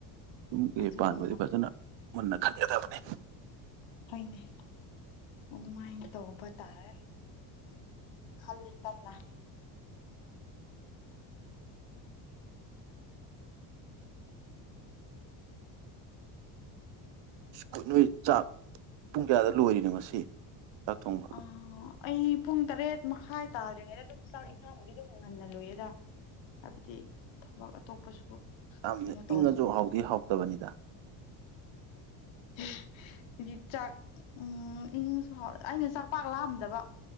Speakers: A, on the right; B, on the left.
A: ꯌꯨꯝ‌ ꯀꯩ
B: ꯑꯗꯨꯒꯨꯝꯕ
A: ꯄꯥꯟꯕꯗꯤ ꯐꯖꯅ ꯃꯨꯟꯅ ꯈꯟꯒꯗꯕꯅꯤ
B: ꯍꯣꯏꯅꯦ ꯑꯗꯨꯃꯥꯏꯅ ꯇꯧꯕ ꯇꯥꯔꯦ ꯈꯜꯂꯤ ꯀꯟꯅ
A: <unintelligible> ꯅꫭꯏ ꯆꯥꯛ ꯄꯨꯡ ꯀꯌꯥꯗ ꯂꯣꯏꯔꯤꯅꯣ ꯉꯁꯤ ꯆꯥꯛ ꯊꯣꯡꯕ
B: ꯑꯥ ꯑꯩ ꯄꯨꯡ ꯇꯔꯦꯠ ꯃꯈꯥꯏ ꯇꯥꯗ꯭ꯔꯤꯉꯩꯗ ꯑꯗꯨꯝ ꯆꯥꯛ ꯏꯟꯁꯥꯡꯕꯨꯗꯤ ꯑꯗꯨꯝ ꯉꯟꯅ ꯂꫭꯏꯌꯦꯗ ꯍꯥꯏꯕꯗꯤ ꯊꯕꯛ ꯑꯇꯣꯞꯄꯁꯨ
A: ꯌꯥꯝ
B: ꯀꯩꯅꯣ ꯇꯧꯗꯕꯅꯤꯅ
A: ꯏꯪꯉꯖꯨ ꯍꯥꯎꯗꯤ ꯍꯥꯎꯇꯕꯅꯤꯗ
B: <inaudible> ꯍꯨꯖꯤꯛ ꯆꯥꯛ ꯎꯝ ꯏꯪꯉꯁꯨ ꯍꯥꯎ ꯑꯩꯅ ꯆꯥꯛ ꯄꯥꯛ ꯂꯥꯝꯗꯕ